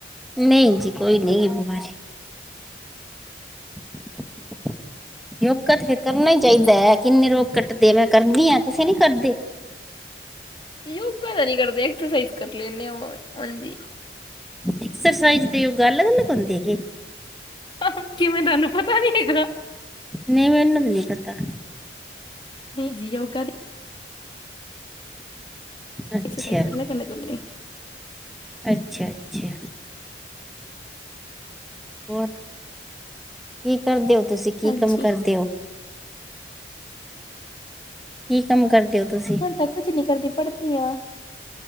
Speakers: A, in the centre; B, on the left.
A: ਨਹੀਂ ਜੀ ਕੋਈ ਨਹੀਂ ਬਿਮਾਰੀ। <inaudible> ਯੋਗਾ ਤੇ ਫੇਰ ਕਰਨਾ ਹੀ ਚਾਹੀਦਾ ਕਿੰਨੇ ਰੋਗ ਕੱਟਦੇ ਮੈਂ ਕਰਦੀ ਹਾਂ ਤੁਸੀਂ ਨੀ ਕਰਦੇ।
B: ਯੋਗਾ ਤਾਂ ਨਹੀਂ ਕਰਦੇ ਐਕਸਰਸਾਈਜ਼ ਕਰ ਲੈਂਨੇ ਆ ਹਾਂਜੀ।
A: ਐਕਸਰਸਾਈਜ਼ ਤੇ ਯੋਗਾ ਅਲੱਗ- ਅਲੱਗ ਹੁੰਦੀ ਹੈਗੀ।
B: ਹਾਂ, ਕਿਵੇਂ ਤੁਹਾਨੂੰ ਪਤਾ ਨੀ ਹੈਗਾ।
A: ਨਹੀਂ ਮੈਨੂੰ ਨੀ ਪਤਾ।
B: ਨਹੀਂ ਜੀ ਯੋਗਾ ਤੇ।
A: ਅੱਛਾ
B: ਐਕਸਰਸਾਈਜ਼ ਕਰ ਲੈ ਕਰ ਲੈ ਗੁੰਨੇ
A: ਅੱਛਾ- ਅੱਛਾ। ਹੋਰ, ਕੀ ਕਰਦੇ ਓ, ਤੁਸੀਂ ਕੀ
B: ਹਾਂਜੀ
A: ਕੰਮ ਕਰਦੇ ਓ? ਕੀ ਕੰਮ ਕਰਦੇ ਹੋ ਤੁਸੀਂ?
B: ਮੈਂ ਤਾਂ ਕੁਛ ਨੀ ਕਰਦੀ, ਪੜ੍ਹਦੀ ਆ,